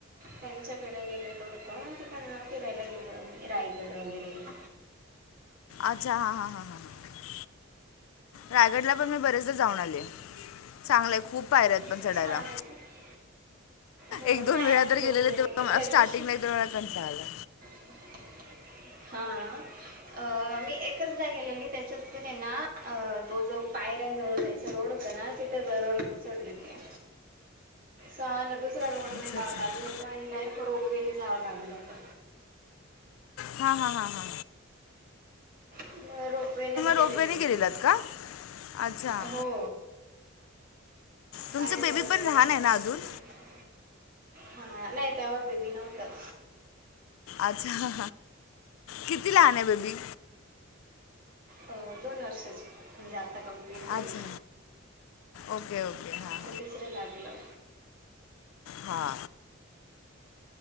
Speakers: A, on the right (about 45°); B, on the left (about 80°).
A: त्यांच्याकडे गेलेलो होतो तिकडना फिरायला गेलो रायगड वगैरे <inaudible>
B: अच्छा हा हा हा हा ह रायगडला पण मी बरेचदा जाऊन आलेय, चांगलंय खूप पायऱ्या आहेत पण
A: छान
B: चडायला
A: आहे ना हो
B: एक दोन
A: नाही
B: वेळा
A: आम्ही
B: तर
A: रोपवेने
B: गेलेले तेव्हा
A: गे-
B: मला
A: त्या
B: स्टार्टिंगला
A: दिवशी
B: एक दोन वेळा कंटाळा आला
A: <unintelligible> हा अ मी एकचदा गेलेली त्याच्यात पण आहे ना अ तो जो आयरन जवळ जायच रोड होत नाही, तिथ दरड कोसळली होती. <unintelligible> दुसऱ्या रोडने
B: अच्छा
A: जावं
B: अच्छा
A: लागल होतं, आणि डायरेक्ट रोपवेने जावं लागलं होत.
B: हा हा हा हा.
A: मग रोपवेनेच गेलेली
B: रोपवेने
A: मी
B: गेलेलात का अच्छा
A: हो.
B: तुमचं
A: पायऱ्या
B: बेबी
A: वगैरे
B: पण लहान
A: काय चढायच्या
B: आहे ना अजून
A: नाय. हा नाही, तेव्हा बेबी नव्हतं.
B: अच्छा किती लहान आहे बेबी?
A: अ दोन वर्षाची म्हणजे आता आता कंप्लीट झाली,
B: अच्छा ओके ओके हां
A: आता तिसरं लागलं.
B: हा.